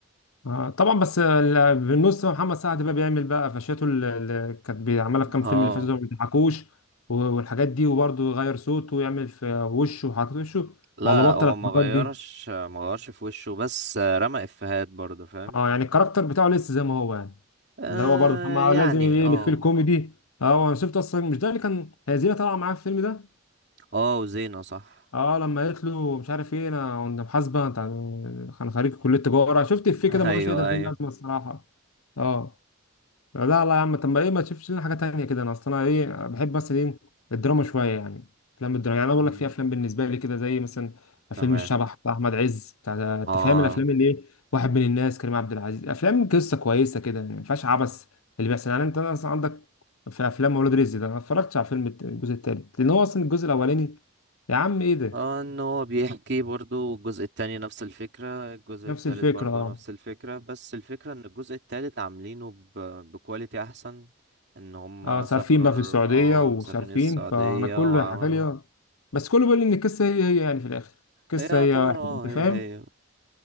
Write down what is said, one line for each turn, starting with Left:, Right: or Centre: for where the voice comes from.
Left: آه طبعا بس ال- بالنص محمد سعد بقى بيعمل بقى قفشاته ال- اللي كانت بيعملها في كام
Right: اه
Left: فيلم اللي فاتوا دول ما بيضحكوش و- والحاجات دي وبرضه يغير صوته ويعمل في وشه وحركات وشه
Right: لا
Left: ولا
Right: لا
Left: بطل
Right: هو
Left: الحركات
Right: ما غيرش
Left: دي
Right: ما غيرش في وشه بس آه، رمى افيهات برضه فاهم
Left: اه يعني الكاركتر بتاعه لسه زي ما هو يعني
Right: آه
Left: اللي هو برضه محمد آه،
Right: يعني
Left: لازم يلف
Right: اه
Left: في الكوميدي اه انا شفت اصلا مش ده اللي كان هزينه طالعه معاه في الفيلم ده
Right: اه وزينة صح
Left: اه لما قالت له مش عارف ايه انا كنت محاسبه انت عن- كان خريج كليه تجاره شفت الفيه
Right: <laughs>
Left: كده ملوش
Right: ايوه
Left: اي 30
Right: ايوه
Left: لازمه الصراحه اه لا لا يا عم طب ما ايه ما تشوفش لنا حاجه تانية كده انا اصل انا ايه بحب مثلا ايه الدراما شويه يعني افلام الدراما يعني
Right: مم،
Left: انا بقول لك في افلام بالنسبه لي كده زي مثلا
Right: تمام
Left: فيلم الشبح بتاع احمد عز بتاع انت
Right: اه
Left: فاهم الافلام اللي ايه واحد من الناس كريم عبد العزيز افلام قصه كويسه كده يعني ما فيهاش عبث اللي بيحصل يعني انت مثلا عندك في افلام ولاد رزق ده انا ما اتفرجتش على فيلم الت- الجزء التالت لان هو اصلا الجزء الاولاني يا عم ايه ده
Right: اه ان هو بيحكي برضو الجزء التاني نفس الفكرة الجزء
Left: نفس
Right: التالت
Left: الفكره
Right: برضو نفس الفكرة بس الفكرة ان الجزء التالت عاملينه ب... بكواليتي احسن ان هم
Left: اه صارفين
Right: سافروا
Left: بقى في السعودية
Right: ال- اه
Left: وصارفين
Right: مسافرين السعودية
Left: فأنا كله
Right: وعملوا
Left: حكى لي بس كله بيقول لي إن القصة هي هي يعني في الآخر القصة
Right: هي يعتبر
Left: هي واحد
Right: اه
Left: أنت
Right: هي
Left: فاهم؟
Right: هي